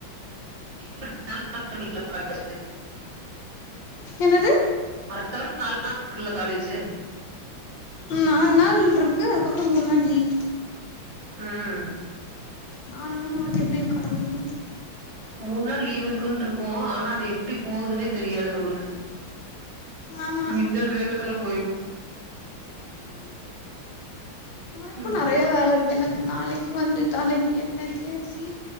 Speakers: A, on the right; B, on the left.
A: <unintelligible>
B: என்னது
A: <unintelligible> காலேஜ்ஜூ
B: ம் நாலு நாள் இருக்கு அதுக்கப்புற மூண் நாள் லீவ்
A: ம்
B: நாலு நாள் மட்டு எப்படியோ கடந்துக்கணு
A: மூண் நாள் லீவ் இருக்குனு இருக்கோ ஆனா அது எப்டி போகுதுன்னே தெரியாது நம்மளுக்கு
B: ஆமா
A: மின்னல் வேகத்துல போயிரு
B: இப்ப
A: ம்
B: நெறைய வேல இருக்கு எனக்கு நாளைக்கு து வந்து தலைக்கு என்ன தேச்சி